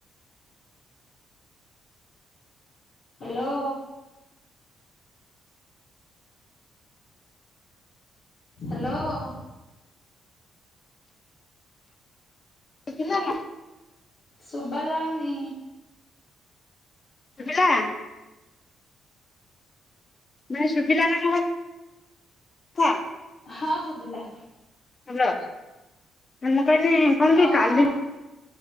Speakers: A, on the left (about 55°); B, on the left (about 35°).
A: ହ୍ୟାଲୋ। ହ୍ୟାଲୋ।
B: ଶୁଭିଲା ନା
A: ଶୁଭାଯାଉନି।
B: ଶୁଭିଲା। ନାଇଁ ଶୁଭିଲା ନାନୁହେଁ କଥା।
A: ହଁ ଶୁଭିଲା।
B: ହେଲା ମୁଁ କହିଲି କଣ
A: ହଁ
B: କି କଲି